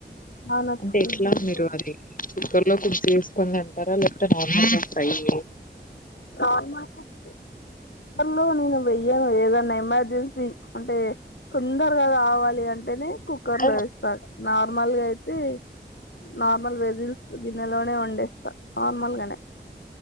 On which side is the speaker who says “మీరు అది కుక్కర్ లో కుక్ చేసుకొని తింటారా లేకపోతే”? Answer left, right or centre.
Left